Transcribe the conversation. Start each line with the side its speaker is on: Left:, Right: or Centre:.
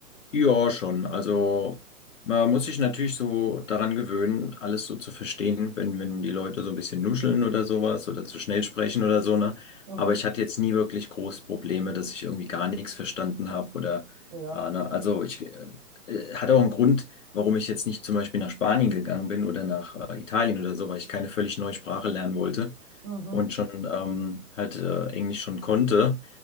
Left: Ja, schon. Also man muss sich natürlich so daran gewöhnen, alles so zu verstehen, wenn, wenn die Leute so ein bisschen nuscheln oder sowas oder zu schnell sprechen oder so, ne?
Right: Mhm.
Left: Aber ich hatte jetzt nie wirklich große Probleme, dass ich irgendwie gar nichts verstanden habe oder,
Right: Ja.
Left: äh, ne? Also ich äh, äh, hat auch einen Grund, warum ich jetzt nicht zum Beispiel nach Spanien gegangen bin oder nach äh, Italien oder so, weil ich keine völlig neue Sprache lernen wollte
Right: Mhm.
Left: und schon ähm, halt äh, Englisch schon konnte.